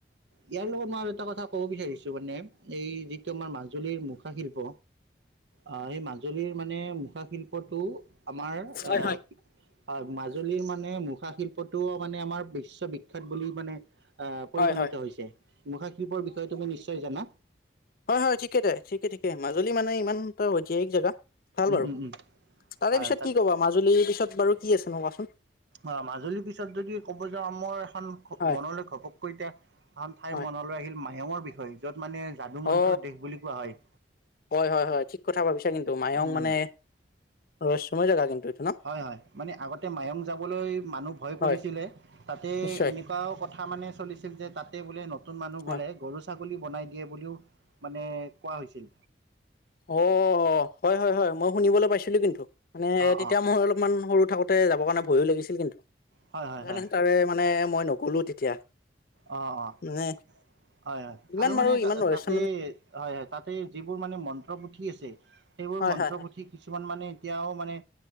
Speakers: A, on the right; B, on the left.
A: ইয়াৰ লগত মই আৰু এটা কথা ক'ব বিচাৰিছোঁ মানে, এই যিটো আমাৰ মাজুলীৰ মুখা শিল্প অ', এই মাজ মাজুলীৰ মানে মুখা শিল্পটো আমাৰ,
B: হয়
A: এ হয়, মাজুলীৰ মানে মুখ খা শিল্পটোউ মানে আমাৰ বিশ্ববিখ্যাত বুলি মানে আ, পৰিগণিত
B: হয় হয় হয়
A: হৈছে, মুখাশিল্পৰ বিষয়ে তুমি নিশ্চয় জানা?
B: হয় হয়, ঠিকে তাই, ঠিকে ঠিকে, মাজুলী মানে ইমান এটা ঐতিহাসিক জেগা ভাল
A: উম
B: বাৰু,
A: উম উম
B: তাৰে
A: হয়
B: পিছত
A: তাত
B: কি ক'বা, মাজুলীৰ পিছত বাৰু কি আছে ন কোৱাচোন।
A: অ', মাজুলীৰ পিছত যদি ক'ব যাওঁ, মোৰ এখন ঘ-মনলৈ
B: হয়
A: ঘপককৈ কৈ এতিয়া এখন ঠাইৰ
B: হয়
A: মনলৈ আহিল, মায়ঙৰ বিষয়ে, য'ত মানে যাদু মন্ত্ৰৰ
B: অ
A: দেশ বুলি কোৱা হয়।
B: হয় হয় হয়, ঠিক কথা ভাবিছা কিন্তু, মায়ং
A: উম,
B: মানে
A: উম,
B: ৰহস্যময় জেগা কিন্তু এইটো ন?
A: হয় হয়, মানে আগতে মায়ং যাবলৈ মানুহ ভয় কৰিছিলে,
B: হয়
A: তাতে
B: নিশ্চয়
A: এনেক কুৱাও কথা মানে চলিছিল যে তাতে বোলে নতুন মানুহ
B: হয়
A: গ'লে গৰু-ছাগলী বনাই দিয়ে বুলিও মানে কোৱা হৈছিল।
B: অ', হয় হয় হয়, মই শুনিবলৈ পাইছিলোঁ কিন্তু, মানে
A: অ',
B: তেতিয়া
A: অ',
B: মই অলপমান সৰু থাকোঁত তে যাবৰ কাৰণে ভয়ো লাগিছিল কিন্তু,
A: হয়, হয়,
B: সেইকাৰণে
A: হয়,
B: তাৰে মানে মই নগ'লো তেতিয়া।
A: অ' অ',
B: মানে
A: হয় হয়,
B: ইমান
A: আৰু
B: বাৰু
A: মানে তাত-তাতে
B: ইমান ৰহস্য
A: হয় হয়, তাতে যিবোৰ মানে মন্ত্ৰ পুথি আছে, সেইবোৰ
B: হয়
A: মন্ত্ৰ
B: হয় হয়
A: পুথি থি কিছুমান মানে এতিয়াও মানে